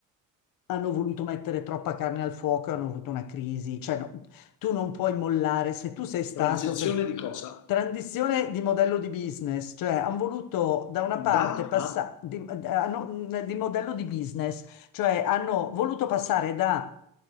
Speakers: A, on the left; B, on the left.
A: hanno voluto mettere troppa carne al fuoco e hanno avuto una crisi. Cioè, no, tu non puoi mollare se tu sei stato
B: Transizione
A: per
B: di cosa?
A: transizione di modello di business, cioè hanno voluto da una parte
B: Da
A: passare
B: a
A: di, eh, hanno- di modello di business, cioè hanno voluto passare da